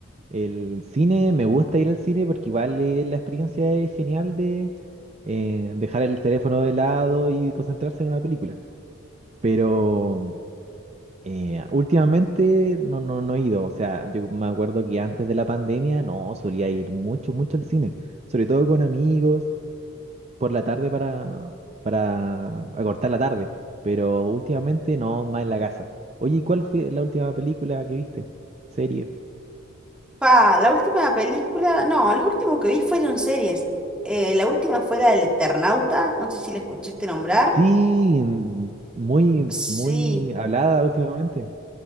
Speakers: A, on the right; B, in the centre.
A: El cine, me gusta ir al cine porque igual eh, la experiencia es genial de eh, dejar el teléfono de lado y concentrarse en una película. Pero Eh, últimamente no, no, no he ido, o sea, yo me acuerdo que antes de la pandemia no solía ir mucho, mucho al cine, sobre todo con amigos, por la tarde para, para acortar la tarde, pero últimamente no, más en la casa. Oye, ¿y ¿cuál fue la última película que viste? Serie.
B: Pa, la última película, no, lo último que vi fueron series. Eh, la última fue la del Eternauta, no sé si la escuchaste nombrar.
A: Sí, m- muy,
B: Sí.
A: muy hablada últimamente.